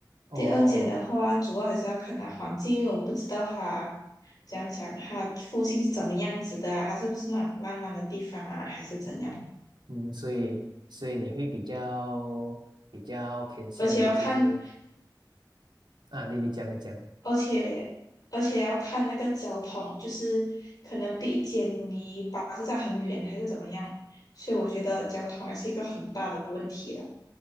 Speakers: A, on the right; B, on the left.
A: 哦，
B: 第二间的话，主要还是要看它环境，因为我不知道它怎样讲，它附近是怎么样子的啊它是不是那种烂烂的地方啊，还是怎样？
A: 嗯，所以所以你会比较比较偏向于就是
B: 而且要看。
A: 啊，你你讲你讲，
B: 而且而且要看那个交通，就是可能第一间离巴士站很远，还是怎么样，所以我觉得交通还是一个很大的问题了，